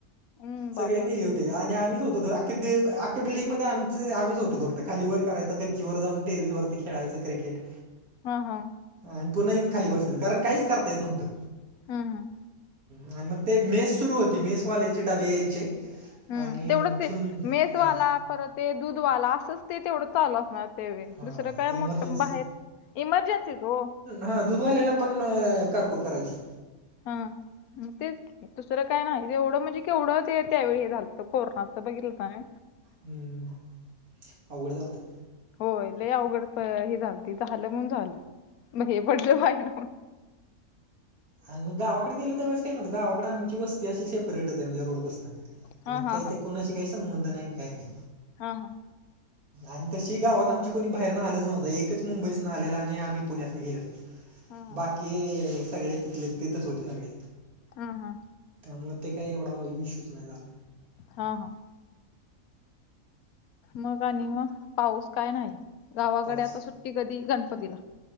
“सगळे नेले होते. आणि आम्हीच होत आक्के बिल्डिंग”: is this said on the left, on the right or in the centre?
Right